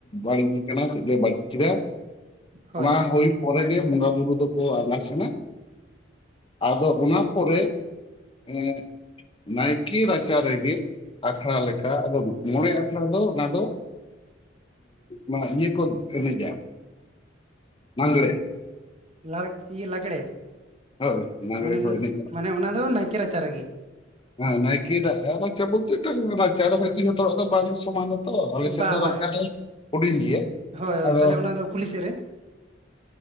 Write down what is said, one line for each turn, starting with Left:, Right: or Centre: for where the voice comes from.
Left: ᱵᱟᱹᱲᱤᱡ ᱟᱠᱟᱱᱟ ᱪᱮᱫ ᱞᱮ ᱵᱟᱹᱲᱤᱡ ᱠᱮᱫᱟ
Right: ᱦᱳᱭ
Left: ᱚᱱᱟ ᱦᱩᱭ ᱯᱚᱨᱮᱜ ᱜᱮ ᱵᱚᱸᱜᱟ ᱵᱩᱨᱩ ᱫᱚᱠᱚ ᱟᱡᱷᱟᱥ ᱮᱱᱟ ᱟᱫᱚ ᱚᱱᱟ ᱯᱚᱨᱮ ᱮᱜ ᱱᱟᱭᱠᱮ ᱨᱟᱪᱟ ᱨᱮ ᱜᱮ ᱟᱠᱷᱲᱟ ᱞᱮᱠᱟ ᱟᱫᱚ ᱢᱚᱬᱮ ᱟᱠᱷᱲᱟ ᱫᱚ ᱚᱱᱟ ᱫᱚ ᱢᱟ ᱤᱭᱟᱹ ᱠᱚ ᱮᱱᱮᱡᱟ ᱞᱟᱸᱜᱽᱬᱮ
Right: ᱞᱟᱬ ᱤᱭᱟᱹ ᱞᱟᱸᱜᱽᱲᱮ
Left: ᱦᱳᱭ ᱞᱟᱜᱽᱲᱮ
Right: ᱢᱟᱱᱮ
Left: ᱠᱚ ᱮᱱᱮᱡᱟ
Right: ᱢᱟᱱᱮ ᱚᱱᱟ ᱫᱚ ᱱᱟᱭᱠᱮ ᱨᱟᱪᱟ ᱨᱮᱜᱮ
Left: ᱦᱮᱸ ᱱᱟᱭᱠᱮ ᱫᱟ ᱨᱟᱪᱟ ᱵᱚᱞᱛᱮ ᱢᱤᱫᱴᱟᱝ ᱨᱟᱪᱟ ᱫᱚ ᱦᱚᱭᱠᱤ ᱡᱚᱛᱚ ᱦᱚᱬᱟᱜ ᱫᱚ ᱵᱟᱝ ᱥᱚᱢᱟᱱ ᱚ ᱟᱞᱮ ᱥᱮᱫ
Right: ᱵᱟ
Left: ᱫᱚ
Right: ᱵᱟ
Left: ᱨᱟᱪᱟ ᱫᱚ ᱦᱩᱰᱤᱧ ᱜᱮᱭᱟ
Right: ᱦᱳᱭ ᱦᱳᱭ
Left: ᱟᱫᱚ
Right: ᱛᱟᱦᱚᱞᱮ ᱚᱱᱟᱫᱚ ᱠᱩᱞᱦᱤ ᱥᱮᱫ ᱨᱮ